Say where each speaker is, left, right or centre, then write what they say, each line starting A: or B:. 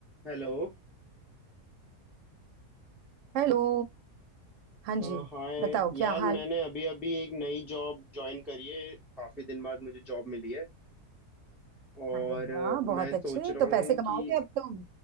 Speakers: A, in the centre; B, on the right (about 65°).
A: Hello
B: Hello हाँ
A: अ,
B: जी
A: hi
B: बताओ क्या
A: यार मैंने
B: हाल
A: अभी अभी एक नई जॉब ज्वाइन करी है काफी दिन बाद मुझे जॉब मिली है और
B: अरे
A: अ,
B: वाह
A: मैं
B: बहुत अच्छे
A: सोच रहा
B: तो
A: हूँ
B: पैसे कमाओगे
A: कि
B: अब तुम